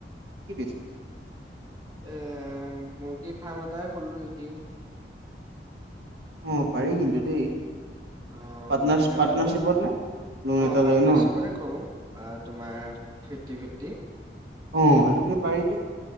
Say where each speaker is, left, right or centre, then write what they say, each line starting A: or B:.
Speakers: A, on the right (about 75°); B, on the right (about 25°).
A: কি পেছে?
B: এ মুৰ্গী ফাৰ্ম এটাই খুলো নেকি?
A: অ পাৰি কিন্তু দেই
B: অ
A: পাৰ্টনাৰ
B: লোন এটা
A: পাৰ্টনাৰশ্বিপত
B: লৈ
A: নে লোন
B: অহ
A: এটা
B: পাৰ্টনাৰশ্বিপতে
A: লৈ ন
B: কৰো অ তোমাৰ ফিফটি ফিফটি
A: অ সেইটো কি পাৰি দেই